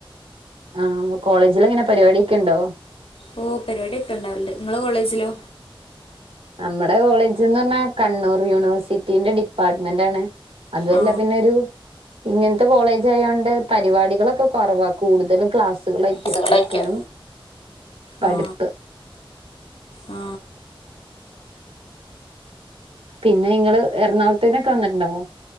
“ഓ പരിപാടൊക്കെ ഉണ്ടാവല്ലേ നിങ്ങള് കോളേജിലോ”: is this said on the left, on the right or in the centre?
Left